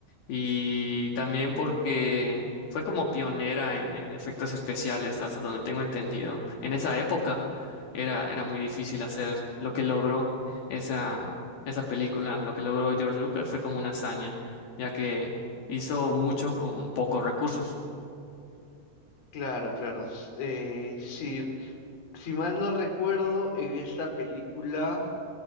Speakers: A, on the left (about 60°); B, on the left (about 40°).
A: y también porque fue como pionera en, en efectos especiales, hasta donde tengo entendido. En esa época era, era muy difícil hacer lo que logró esa, esa película, lo que logró George Lucas fue como una hazaña, ya que hizo mucho con pocos recursos.
B: Claro, claro. s- eh, si, si mal no recuerdo, en esta película